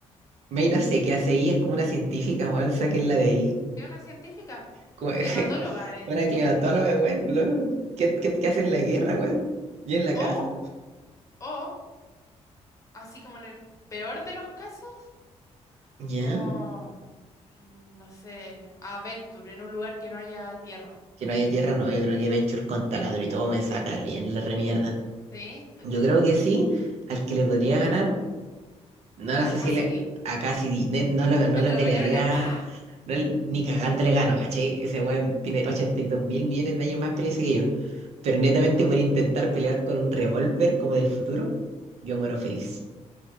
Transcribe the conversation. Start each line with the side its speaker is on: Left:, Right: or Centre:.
Right: Mei no sé qué hace ahí, es como una científica, weón, la de ahí.
Left: ¿Qué una científica,
Right: Como- <laughs>
Left: climatóloga, eh.
Right: Una climatóloga, weón, loco. ¿Qué, qué, qué hacen en la guerra, weón? Y en la casa.
Left: O, o, así como en el peor de los casos,
Right: ¿Ya?
Left: como, mm, no sé, Adventure, en un lugar que no haya tierra.
Right: Que no haya tierra, no. Yo creo que Venture con taladro y todo me saca bien la remierda.
Left: ¿Sí? ¿Tú
Right: Yo
Left: crees?
Right: creo que sí, al que le podría ganar, no, no
Left: A
Right: sé
Left: Cassidy.
Right: si le, a Cassidy, ne- no le, no
Left: Mientras
Right: le pelearía,
Left: recarga, ¡pa!
Right: no le- ni cagando le gano, ¿cachai? Ese weón tiene 82 mil millones de años más de experiencia que yo, pero netamente por intentar pelear con un revólver como del futuro, yo muero feliz.